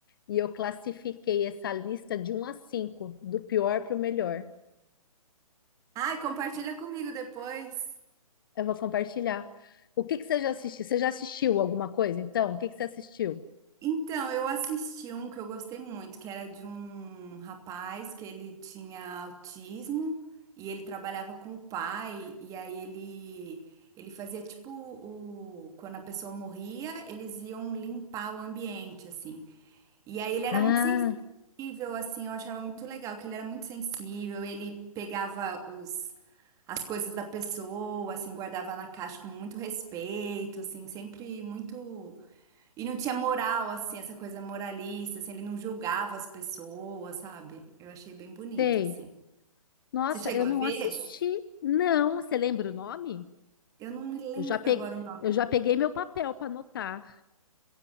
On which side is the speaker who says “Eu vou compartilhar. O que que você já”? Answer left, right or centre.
Left